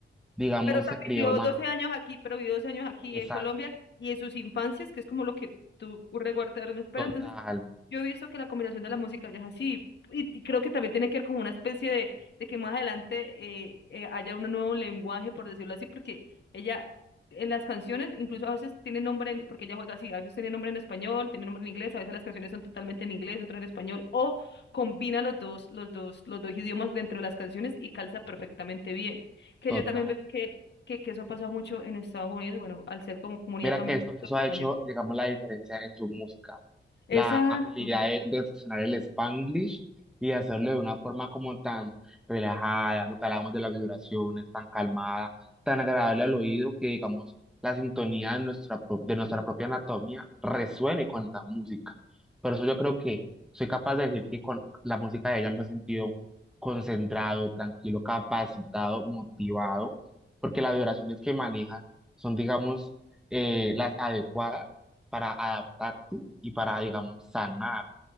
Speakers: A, in the centre; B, on the left.
A: digamos,
B: Pero, o sea,
A: se crió
B: vivió
A: más.
B: 12 años aquí, pero vivió 12 años aquí
A: Exacto,
B: en Colombia y en sus infancias, que es como lo que tú recuerdas. Pero
A: total,
B: entonces, yo he visto que la combinación de la música ya es así. Y, y creo que también tiene que ver como una especie de, de que más adelante eh, eh, haya un nuevo lenguaje, por decirlo así, porque ella en las canciones, incluso a veces tiene nombre, en- porque ella juega así, a veces tiene nombre en español, tiene nombre en inglés, a veces las canciones son totalmente en inglés, otras en español, o combina los dos, los dos, los dos idiomas dentro de las canciones y calza perfectamente bien que
A: total.
B: yo también veo que que, que eso ha pasado mucho en Estados Unidos, bueno, al ser como comunidad
A: Mira
B: también
A: que eso, eso ha
B: español.
A: hecho, digamos, la diferencia en su música.
B: Exacto,
A: La habilidad de, de fusionar el Spanglish y hacerlo de una forma como tan relajada, lo que hablábamos de las vibraciones, tan calmada, tan agradable al oído, que digamos, la sintonía de nuestra, pro- de nuestra propia anatomía resuene con esta música. Por eso yo creo que soy capaz de decir que con la música de ella me he sentido concentrado, tranquilo, capacitado, motivado, porque las vibraciones que manejan son, digamos, eh, las adecuadas para adaptarse y para, digamos, sanar,